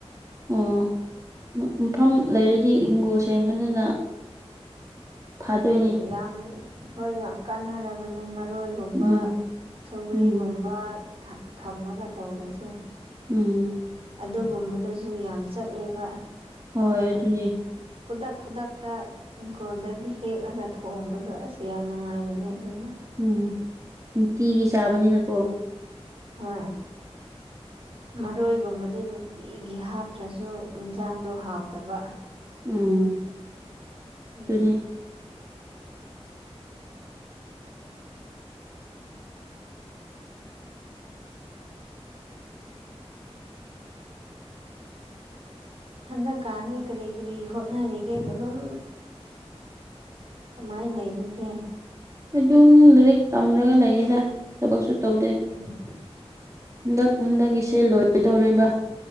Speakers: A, on the right; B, on the right.
A: ꯎꯝ ꯃ ꯃꯐꯝ ꯂꯩꯔꯗꯤ ꯍꯤꯡꯒꯣꯜ ꯁꯦꯝꯕꯗꯨꯅ ꯐꯥꯗꯣꯏꯅꯦ
B: ꯍꯣꯏ ꯌꯥꯝ ꯍꯣꯏ ꯌꯥꯝ ꯀꯥꯟꯅꯔꯕꯅꯦ ꯃꯔꯣꯏ ꯒꯨꯝꯕ
A: ꯎꯝ
B: ꯁꯧꯒ꯭ꯔꯤꯒꯨꯝꯕ
A: ꯎꯝ
B: ꯊ ꯊꯝꯃꯒ ꯇꯧꯕꯁꯦ
A: ꯎꯝ
B: ꯑꯗꯨꯒꯨꯝꯕꯗꯁꯨ ꯌꯥꯝ ꯆꯠꯂꯦꯕ ꯑꯗꯨꯅ
A: ꯍꯣꯏ ꯑꯗꯨꯅꯦ
B: ꯈꯨꯗꯛ ꯈꯨꯗꯛꯇ ꯏꯪꯈꯣꯜꯗꯒꯤ ꯍꯦꯛꯂꯒ ꯊꯣꯡꯕꯗꯣ ꯑꯁ ꯌꯥꯝ ꯅꯨꯡꯉꯥꯏꯕꯅꯦ ꯑꯗꯨꯅ
A: ꯎꯝ ꯅꯨꯡꯇꯤꯒꯤ ꯆꯥꯕꯅꯤꯅꯀꯣ
B: ꯍꯥꯏ ꯃꯔꯣꯏꯒꯨꯝꯕꯗꯤ ꯅꯨꯡꯇꯤꯒꯤ ꯍꯥꯞꯇ꯭ꯔꯁꯨ ꯏꯟꯁꯥꯡꯗꯣ ꯍꯥꯎꯇꯕ
A: ꯎꯝ
B: ꯎꯝ
A: ꯑꯗꯨꯅꯦ
B: ꯍꯟꯗꯛ ꯀꯥꯟꯁꯦ ꯀꯔꯤ ꯀꯔꯤ ꯍꯣꯠꯅꯔꯤꯒꯦ ꯑꯗꯨꯝ ꯀꯃꯥꯏꯟ ꯂꯩꯔꯤꯒꯦ
A: ꯑꯗꯨꯝ ꯂꯥꯏꯔꯤꯛ ꯇꯝꯔꯒ ꯂꯩꯌꯦꯗ ꯊꯕꯛꯁꯨ ꯇꯧꯗꯦ
B: ꯎꯝ
A: ꯍꯟꯗꯛ ꯍꯟꯗꯛꯒꯤꯁꯦ ꯂꯣꯏꯗꯣꯔꯦꯕ